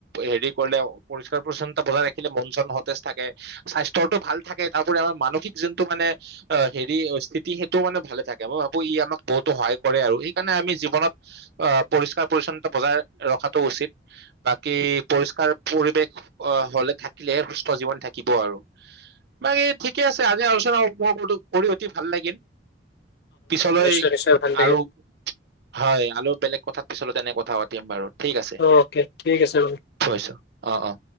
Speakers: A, on the right (about 60°); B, on the left (about 55°).
A: হেৰি কৰিলে পৰিষ্কাৰ- পৰিচ্ছন্নতা বজাই ৰাখিলে মন- চন সতেজ থাকে। স্বাস্থ্যটো ভালে থাকে। তাৰ উপৰি আমাৰ মানসিক যোন টো মানে আঁহ হেৰি স্থিতি সেইটোও মানে ভালে থাকে। মই ভাবো ই' আমাক বহুতো সহায়- কৰে আৰু। সেইকাৰণে আমি জীৱনত আঁহ পৰিষ্কাৰ- পৰি্ছন্নতা বজাই ৰখাতটো উচিত। বাকী পৰিষ্কাৰ, পৰিৱেশ হৈ থাকিলেহে সুস্থ জীৱন থাকিব আৰু। বাকী ঠিকে আছে। আজি আলোচনা- মোৰত কৰি অতি ভাল লাগিল। পিছলৈ-
B: নিশ্চয় নিশ্চয় ভাল লাগে
A: আৰু, হয়। আৰু বেলেগ কথাত- পিছত এনেকুৱা কথা পাতিম বাৰু। ঠিক আছে।
B: অকে ঠিক আছে বন্ধু
A: থৈছো। অঁ, অঁ।